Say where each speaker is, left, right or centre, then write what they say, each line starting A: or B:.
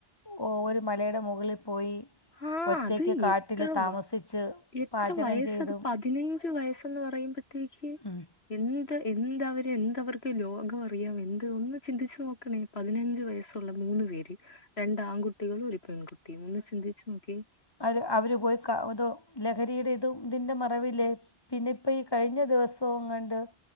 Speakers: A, on the left (about 20°); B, on the left (about 80°).
A: ഓ ഒരു മലയുടെ മുകളിൽ പോയി..
B: ആഹ്
A: ഒറ്റയ്ക്ക്
B: അത്
A: കാട്ടില്
B: എത്ര
A: താമസിച്ച്
B: വ എത്ര
A: പാചകം
B: വയസത്
A: ചെയ്തും
B: പതിനഞ്ച് വയസ്ന്ന് പറയുമ്പ.. ക്ക് കീ
A: ഉം
B: എന്ത് എന്ത്‌ അവർക്ക് എന്തവർക്ക് ലോകം അറിയാം എന്ത് ഒന്ന് ചിന്തിച്ചു നോക്കണേ.. പതിനഞ്ച് വയസ്സുള്ള മൂന്ന് പേര് രണ്ട് ആൺകുട്ടികളും ഒരു പെൺകുട്ടിയും ഒന്ന് ചിന്തിച്ചു നോക്കിയെ..
A: അര് അവർ പോയി ത് കാ തോ ലഹരിയുടെ ഇത് ഇതി്ന്റെ മറവില്.. പിന്നെ ഇപ്പ ഈ കഴിഞ്ഞ ദിവസൊ എങ്ങാണ്ട്..